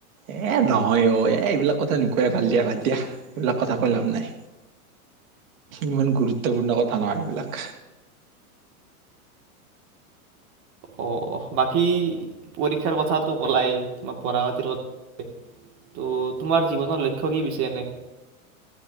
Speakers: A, on the right; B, on the right.
A: এ নহয় অ এই এইবিলাক কথা নকোৱয় ভাল দিয়া ভাদ দিয়া এইবিলাক কথা কৈ লাভ নাই ইমান গুৰুত্বপূৰ্ণ কথা নহয় এইবিলাক।
B: অ বাকী পৰীক্ষাৰ কথাতটো কলাই বা পঢ়া পতিৰ কথা ত' তোমাৰ জীৱনৰ লক্ষ্য় কি পছে এনে